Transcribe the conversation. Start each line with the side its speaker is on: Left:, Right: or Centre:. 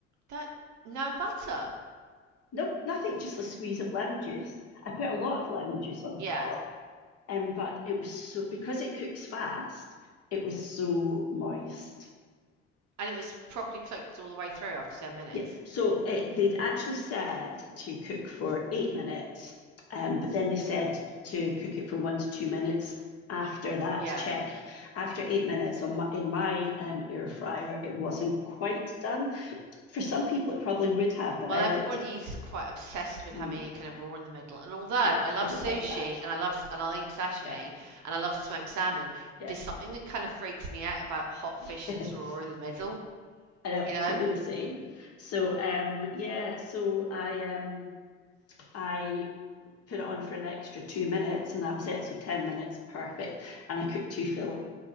Right: That no butter.
Left: Nope, nothing, just a squeeze of lemon juice. I put a lot of lemon juice on the
Right: Yeah.
Left: top, um, but it was so because it cooks fast, it was so moist.
Right: And it was properly cooked all the way through after 10 minutes.
Left: Yeah, so it, they'd actually said to cook for eight minutes, um, but then they said to cook it for one to two minutes after that
Right: Yeah.
Left: check. After eight minutes on my, in my um, air fryer, it wasn't quite done. For some people, it probably would have, but
Right: Well,
Left: I
Right: everybody's
Left: liked it.
Right: quite obsessed with
Left: Mm,
Right: having it kind of raw in the middle. And although
Left: yeah,
Right: I love
Left: I don't
Right: sushi
Left: like that.
Right: and I love and I eat sashimi
Left: Yeah,
Right: and I love smoked salmon,
Left: yeah,
Right: there's something that kind of freaks me out about hot fish
Left: <laughs> yes.
Right: that's raw in the middle,
Left: I know,
Right: you know?
Left: totally the same. So, um, yeah, so I um, I put it on for an extra two minutes, and that was it. So 10 minutes, perfect. And I cooked two fillets.